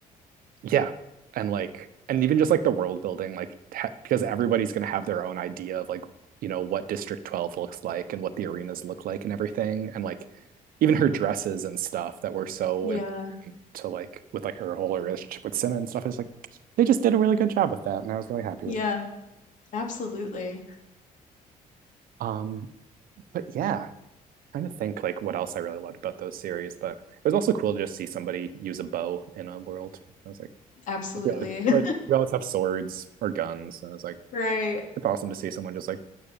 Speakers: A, on the right; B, on the left.
A: yeah, and like, and even just like the world building, like, ha because everybody's gonna have their own idea of like, you know, what District 12 looks like and what the arenas look like and everything, and like, even her dresses and stuff that were so
B: Yeah.
A: important to like, with like her whole relationship with Senna and stuff is like, they just did a really good job with that, and I was really happy
B: Yeah.
A: with it.
B: Absolutely.
A: Um, But yeah, trying to think like what else I really loved about those series. But it was also cool to just see somebody use a bow in a world. I was like,
B: Absolutely.
A: like, we always,
B: <laughs>
A: like we always have swords or guns, and I was like,
B: Right.
A: it's awesome to see someone just like